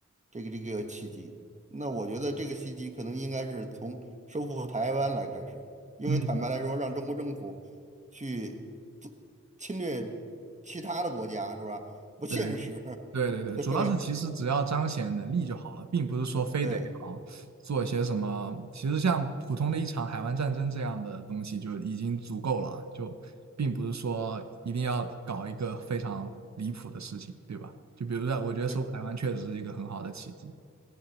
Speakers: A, on the right; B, on the right.
A: 这个这个契机。那我觉得这个契机可能应该是从收复台湾来开始，因为坦白来说，
B: 嗯，
A: 让中国政府去做侵略其他的国家是吧？不现实。
B: 对对对对，
A: <laughs> 对
B: 主要是其实只要彰显能力就好了，并不是说非得啊做一些什么，
A: 对
B: 其实像普通的一场海湾战争这样的东西就已经足够了，就并不是说一定要搞一个非常离谱的事情，对吧？就比如说，我觉得收复台湾确实是一个很好的奇迹，
A: 对，